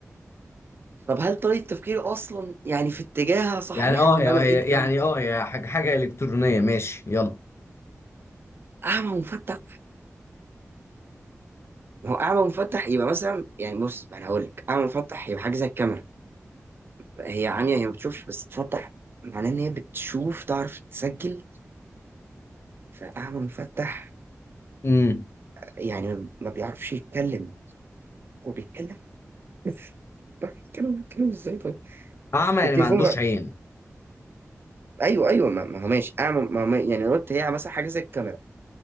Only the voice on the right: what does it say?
طب هل طريقة تفكيري اصلا يعني في اتجاهها صحيح
ولا
انا بعيد
قوي
اعمى مفتح ما هو اعمى مفتح يبقى مثلا يعني بص انا هقول لك اعمى مفتح يبقى حاجه زي الكاميرا هي عمية هي ما بتشوفش بس تفتح معناه ان هي بتشوف تعرف تسجل فاعمى مفتح
يعني ما بيعرفش يتكلم هو بيتكلم <laughs> بيتكلم بيتكلم ازاي طيب
التليفون
ايوه ايوه ما ما هو ماشي اعمل ما هو ما- يعني رد هي مثلا حاجه زي الكاميرا